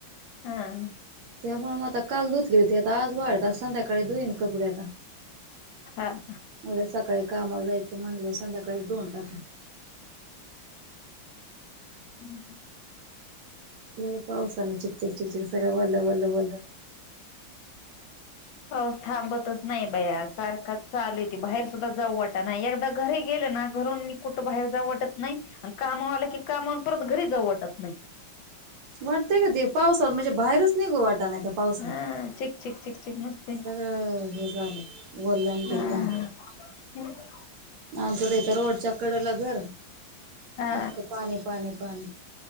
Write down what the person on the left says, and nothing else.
हा.
हा-हा.
<inaudible>
पाऊस थांबतच नाही बाया सारखा चालू य त बाहेर सुद्धा जाऊ वाटा ना एकदा घरी गेले ना घरून मी कुठं बाहेर जाऊ वाटत नाही आणि काम वर की कामन परत घरी जाऊ वाटत नाही.
हा चिक चिक चिक चिक नसते
हा
<inaudible>
हा